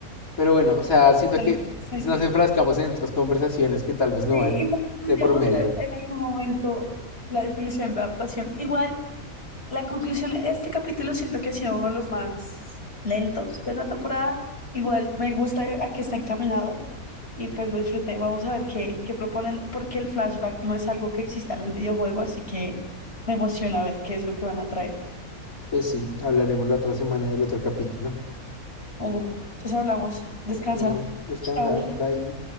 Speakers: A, on the left; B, on the left.
A: Pero bueno, o sea, siento
B: bueno,
A: que
B: sí.
A: nos enfrascamos en otras conversaciones que tal vez no
B: Sí,
A: van
B: igual podríamos
A: de por medio.
B: leer en algún momento la definición de adaptación. Igual, la conclusión de este capítulo siento que ha sido uno de los más lentos de la temporada. Igual me gusta a que está encaminado y pues lo disfruté. Vamos a ver qué, qué proponen, porque el flashback no es algo que exista en el videojuego, así que me emociona ver qué es lo que van a traer.
A: Pues sí, hablaremos la otra semana del otro capítulo.
B: Bueno, entonces hablamos. Descansa.
A: Bueno, descansa,
B: Chao.
A: bye.